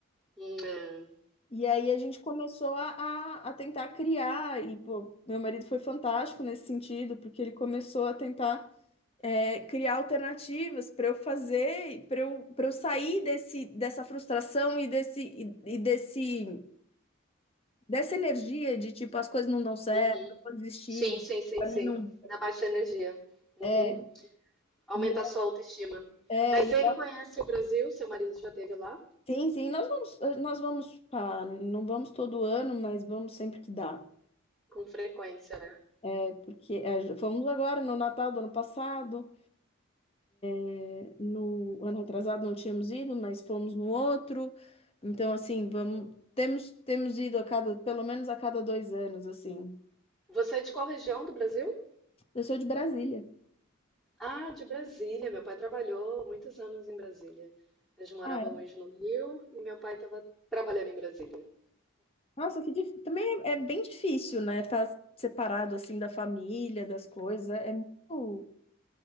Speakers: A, in the centre; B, on the left.
A: É.
B: E aí a gente começou a, a, a tentar criar, e pô, meu marido foi fantástico nesse sentido, porque ele começou a tentar é, criar alternativas para eu fazer, para eu, para eu sair desse, dessa frustração e desse, e, e desse, dessa energia de tipo, as coisas não dão certo,
A: Uhum.
B: eu vou desistir,
A: Sim, sim, sim,
B: pra
A: sim.
B: mim não.
A: Da baixa energia. Uhum.
B: é,
A: Aumenta
B: E,
A: a sua autoestima.
B: é,
A: Mas
B: é,
A: ele conhece o Brasil, seu marido já esteve lá?
B: Sim, sim, nós vamos, nós vamos, pá, não vamos todo ano, mas vamos sempre que dá.
A: Com frequência, né?
B: É porque é, fomos agora no Natal do ano passado, é, no ano atrasado não tínhamos ido, mas fomos no outro. Então, assim, vamos, temos, temos ido a cada, pelo menos a cada dois anos, assim.
A: Você é de qual região do Brasil?
B: Eu sou de Brasília.
A: Ah, de Brasília. Meu pai trabalhou muitos anos em Brasília. Nós morávamos
B: Ah, é?
A: no Rio e meu pai estava trabalhando em Brasília.
B: Nossa, que dif... também é, é bem difícil, né? Tá separado assim da família, das coisas. É é muito,